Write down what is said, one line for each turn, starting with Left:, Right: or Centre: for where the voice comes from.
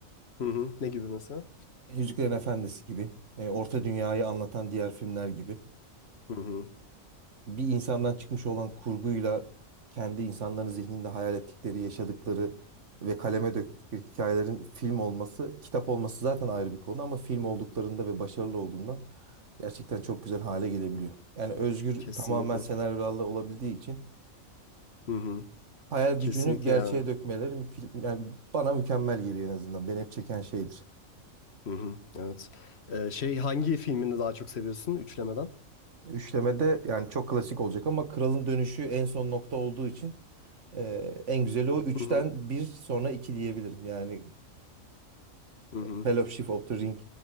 Left: Hı hı. Ne gibi mesela?
Right: Yüzüklerin Efendisi gibi, e, Orta Dünya'yı anlatan diğer filmler gibi.
Left: Hı hı.
Right: bir insandan çıkmış olan kurguyla kendi insanların zihninde hayal ettikleri, yaşadıkları ve kaleme döktükleri hikayelerin film olması, kitap olması zaten ayrı bir konu ama film olduklarında ve başarılı olduğunda gerçekten çok güzel hale gelebiliyor. Yani Özgür
Left: Kesinlikle.
Right: tamamen senaryolarla olabildiği için
Left: Hı hı.
Right: hayal
Left: Kesinlikle
Right: gücünü gerçeğe
Left: yani.
Right: dökmeleri mükü- yani bana mükemmel geliyor en azından. Beni hep çeken şeydir.
Left: Hı hı. Evet. Ee, şey hangi filmini daha çok seviyorsun üçlemeden?
Right: Üçlemede yani çok klasik olacak ama Kralın Dönüşü en son nokta olduğu için ee, en güzeli o üçten
Left: Hı hı.
Right: bir sonra 2 diyebilirim. Yani
Left: Hı hı.
Right: Fellowship of the Ring